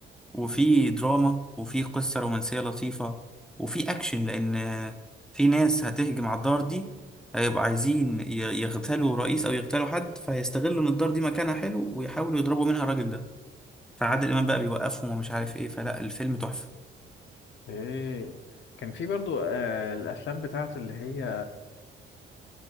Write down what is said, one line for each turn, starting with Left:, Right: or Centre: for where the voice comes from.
Centre: وفي
Left: مم.
Centre: دراما وفي قصة رومانسية لطيفة وفي اكشن لان آه، في ناس هتهجم على الدار دي هيبقوا عايزين ي- يغتالوا رئيس او يغتالوا حد فهيستغلوا ان الدار دي مكانها حلو ويحاولوا يضربوا منها الراجل ده فعادل امام بقى بيوقفهم ومش عارف ايه فلا الفيلم تحفة
Left: ايه كان في برضو آه الافلام بتاعته اللي هي